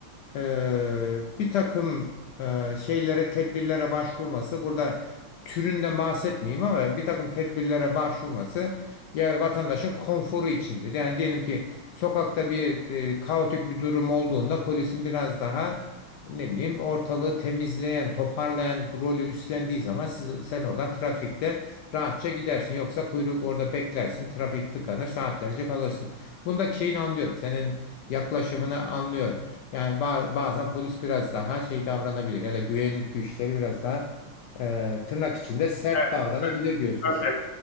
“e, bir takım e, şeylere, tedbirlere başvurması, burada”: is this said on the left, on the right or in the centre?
Left